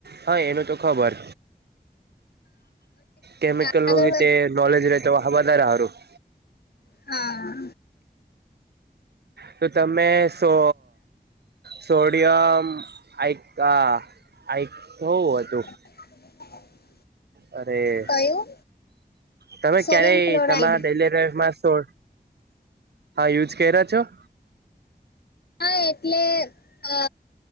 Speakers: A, on the right; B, on the left.
A: હ એનું તો ખબર કેમિકલનું
B: આગળ
A: વીતે
B: વધ
A: નોલેજ રે તો વધારે હારું
B: હા.
A: શું તમે સો સોડિયમ આઇક આ આઇક હુ હતું?
B: <inaudible>
A: અરે
B: કયું
A: તમે
B: સોડિયમ
A: ક્યારેય
B: ક્લોરાઈડ
A: તમારા ડેલી લાઈફમાં શો યુજ કયરા છો?
B: હ એટલે અ